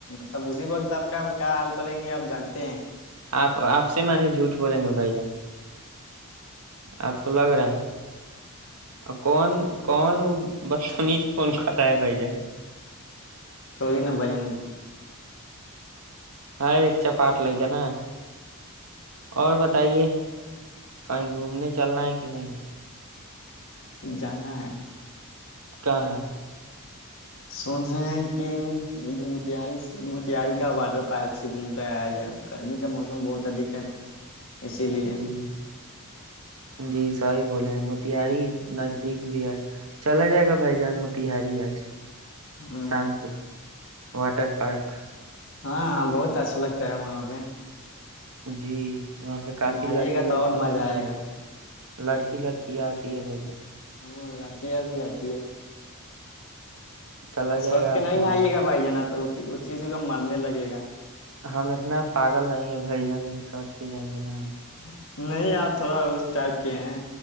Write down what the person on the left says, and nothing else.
تم اسی وقت آپ کا ہمل کریں گے آپ جانتے ہیں
چوڑی نب جان
جانائ
سن رہ ہیں کہھر موتاری سے موتاری کا واٹر پارک سے گھوم کر آیا جائے گرمی کا موسم بہت ادھ ہے نا اسی لیے
ہوں،
ہاںاں بہت اچھا لگتا ہے وہاں پہ
نہائیے
گا
تو اور مزہ
آئے
گا
ہوں لڑکییاں بھی آاتتی ہے وہ
سوچ
کے
نہیں ن آئیے گا بھائی جانا تو وہ چیزوں کا مرنے لگے گا
ہ <inaudible> نہیں یار تھوڑا اس ٹائپ کے ہیں